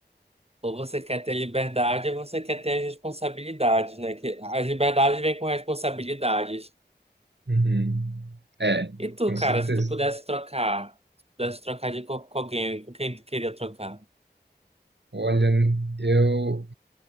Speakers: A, on the right; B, on the right.
A: Ou você quer ter liberdade, ou você quer ter as responsabilidades, né? Que as liberdades vêm com responsabilidades.
B: Uhum. É,
A: E tu,
B: com
A: cara,
B: certeza.
A: se tu pudesse trocar, se pudesse trocar de corpo com alguém, com quem tu queria trocar?
B: Olha, eu,